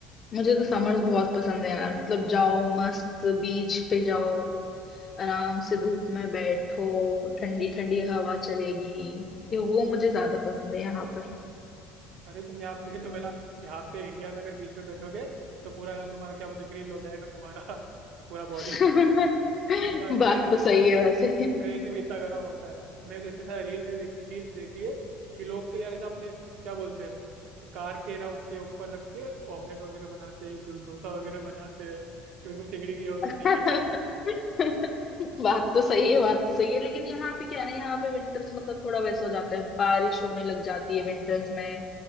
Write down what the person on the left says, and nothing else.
मुझे तो समर्स बहुत पसंद है यार मतलब जाओ मस्त बीच पे जाओ आराम से धूप में बैठो ठंडी ठंडी हवा चलेगी ये वो मुझे ज्यादा पसंद है यहाँ पर
<laughs>
बात
तो
सही है वैसे
<laughs>
बात तो सही है बात तो सही है लेकिन यहाँ पे क्या है ना यहाँ पे विंटर्स मतलब थोड़ा वैसा हो जाता है बारिश होने लग जाती है विंटर्स में